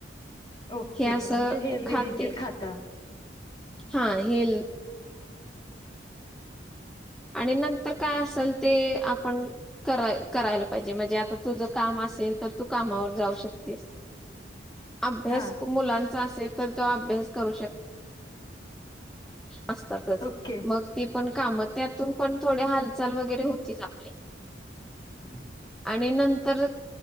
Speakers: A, on the left; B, in the centre.
A: ओके
B: हे असं
A: म्हणजे हेल्दी
B: खाते.
A: देखील खाता
B: हा, हे आणि नंतर काय असेल ते आपण- कराय करायला पाहिजे म्हणजे आता तुझं काम असेल तर तू कामावर जाऊ शकतेस. अभ्यास
A: हा
B: मुलांचा असेल तर तो अभ्यास करू शक- असतातच
A: ओके
B: मगं ती पण काम त्यातून पण थोडे हाल चाल वगैरे होतीच आपली
A: <unintelligible>
B: आणि नंतर